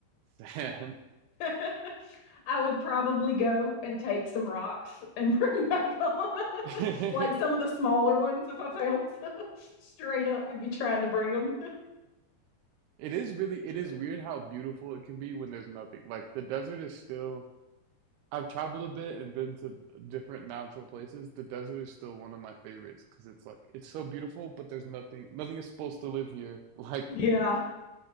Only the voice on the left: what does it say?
<laughs> I would probably go and take some rocks and <laughs> bring back on,
<laughs> like some of the smaller ones. If I failed, <laughs> straight up would be trying to bring them.
Right.
Yeah,